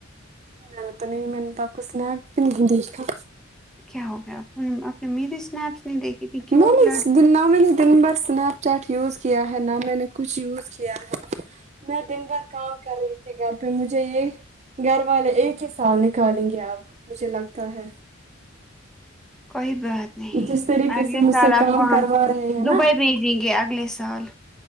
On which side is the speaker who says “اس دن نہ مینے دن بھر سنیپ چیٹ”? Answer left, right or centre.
Right